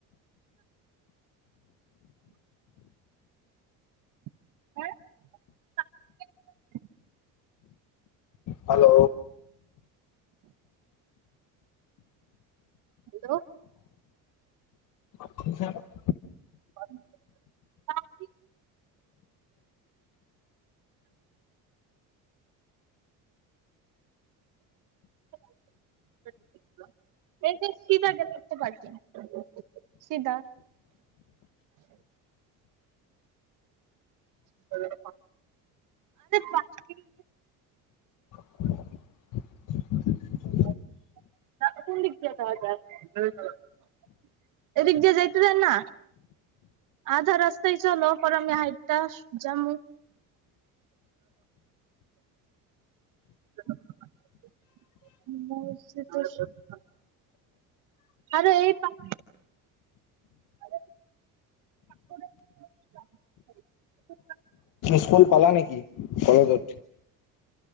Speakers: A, on the right; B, on the left.
A: <inaudible>
B: হাল্ল
A: হেল্ল।
B: হেল্ল'
A: <inaudible> <inaudible> এই যে চিতাক দে <inaudible> চিদা। <inaudible> আৰে পাৰ্কিং
B: <unintelligible>
A: <inaudible> এইডিক দে জাইটি যায় না। আধা ৰাস্ত চলওঁ পৰামীয়া সাইটা জামু। <unintelligible> <unintelligible> আৰু এই পা <inaudible>
B: স্কুল পালা নেকি, কলেজত?